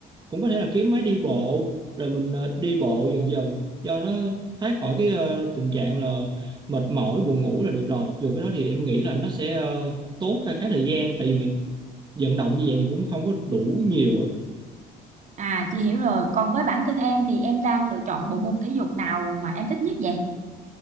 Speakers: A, on the right; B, on the right.
A: cũng có thể là kiếm máy đi bộ rồi mình ờ, đi bộ dần dần cho nó thoát khỏi cái ờ, tình trạng là mệt mỏi buồn ngủ là được rồi mặc dù cái đó thì em nghĩ là nó sẽ ờ, tốn khá khá thời gian tại vì mình vận động như vậy thì cũng không có đủ nhiều ạ
B: À chị hiểu rồi. Còn với bản thân em thì em đang lựa chọn bộ môn thể dục nào mà em thích nhất vậy?